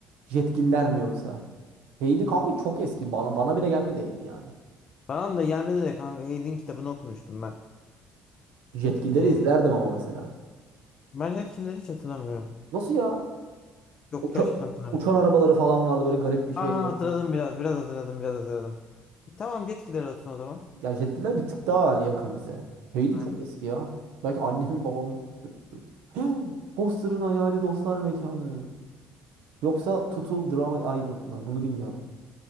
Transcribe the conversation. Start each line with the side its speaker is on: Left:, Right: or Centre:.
Right: Jetgiller mi yoksa? Heidi kanka çok eski. Bana bana bile gelmedi Heidi yani.
Left: Bana da gelmedi de kanka Hayd'in kitabını okumuştum ben.
Right: Jetgilleri
Left: Ee,
Right: izlerdim ama mesela.
Left: ben etkileri hiç hatırlamıyorum.
Right: Nasıl ya?
Left: Yok
Right: Uça-
Left: gerçekten hatırlamıyorum.
Right: uçan arabaları falan vardı böyle garip bir şeydi.
Left: Aa hatırladım biraz. Biraz hatırladım biraz hatırladım. E, tamam yetkiler olsun o zaman.
Right: Ya jetgiller bir tık daha hani yakın bize. Heidi
Left: Aynen.
Right: çok eski ya. Belki annemin babamın çocukluğu. <gasps> Foster'ın hayali dostlar mekanı. Yoksa Tutul Drama Island mı? Bunu bilmiyorum.